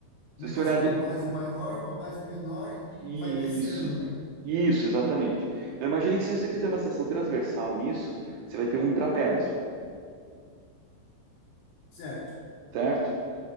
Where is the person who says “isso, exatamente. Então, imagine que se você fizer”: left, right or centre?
Right